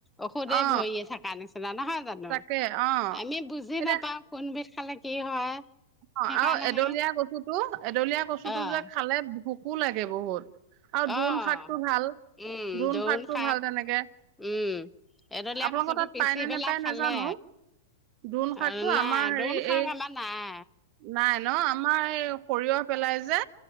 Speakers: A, in the centre; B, on the right.
A: ঔষধে
B: অ
A: ভৰি থকাৰ নিচিনা নহয় জানো
B: তাকে অ
A: আমি বুজি
B: এতিয়া
A: নাপাও কোনবিধ খালে কি হয়
B: অ
A: সেইকাৰণেহে
B: আও এডলীয়া কচুটো এডলীয়া কচুটো
A: অ',
B: যে খালে ভোকো লাগে বহুত আও দোন
A: অ',
B: শাকটো ভাল
A: উম,
B: দোন
A: দোৰোণ
B: শাকটো
A: শাক
B: ভাল তেনেকে
A: উম, এডলীয়া
B: আপোনালোকৰ
A: কচুটো
B: তাত
A: পিচি
B: পাই নে
A: পেলাই
B: নেপায়
A: খালে
B: নেজানো দোন শাকটো
A: আৰু
B: আমাৰ
A: নাই
B: হেৰি
A: দোৰোণ শাক
B: এই
A: আমাৰ নাই,
B: নাই ন আমাৰ এই সৰিয় সৰিয়হ পেলাই যে